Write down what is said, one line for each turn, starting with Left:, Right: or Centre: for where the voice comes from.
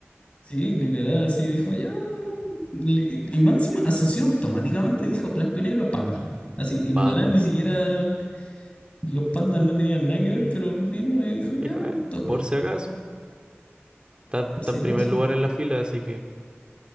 Left: Sí, literal, así dijo, ya, bueno. li- Y Máxima asoció automáticamente, dijo blanco y negro, panda. Así, en
Right: Panda.
Left: volar ni siquiera Los pandas no tenían nada que ver, pero vino y dijo, ya,
Right: Dijo, "Eh,
Left: tocó,
Right: por si acaso. Está, está
Left: por si
Right: en
Left: acaso.
Right: primer lugar en la fila, así que.